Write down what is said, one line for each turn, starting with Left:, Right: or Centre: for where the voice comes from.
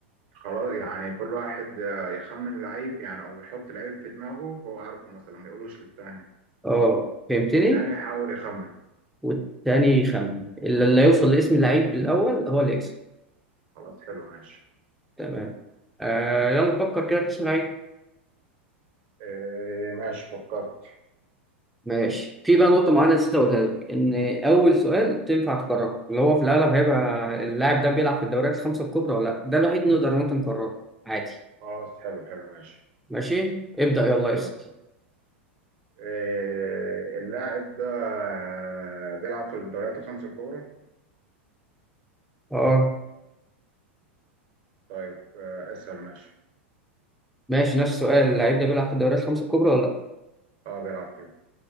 Right: خلاص يعني كل واحد آه، يخمن لعيب يعني او يحط لعيب في دماغه هو عارفه مثلا ما يقولوش للتاني
Centre: اه فهمتني
Right: والتاني يحاول يخمن
Centre: والتاني يخمن اللي اللي يوصل لاسم اللعيب الاول هو اللي يكسب
Right: خلاص حلو ماشي
Centre: تمام آه يلا فكر كده في اسم لعيب
Right: إيه ماشي فكرت
Centre: ماشي في بقى نقطة معينة نسيت أقولها لك إن أول سؤال تنفع تكرره اللي هو في الأغلب هيبقى اللاعب ده بيلعب في الدوريات الخمسة الكبرى ولا لأ ده الوحيد نقدر إن إحنا نكرره عادي
Right: خلاص حلو حلو ماشي
Centre: ماشي ابدأ يلا
Right: يلا
Centre: اسأل
Right: بينا إيه اللاعب ده آه، بيلعب في الدوريات الخمس الكبرى
Centre: أه
Right: طيب آه، اسأل ماشي
Centre: ماشي نفس السؤال اللاعب ده بيلعب في الدوريات الخمسة الكبرى ولا لأ
Right: اه بيلعب فيهم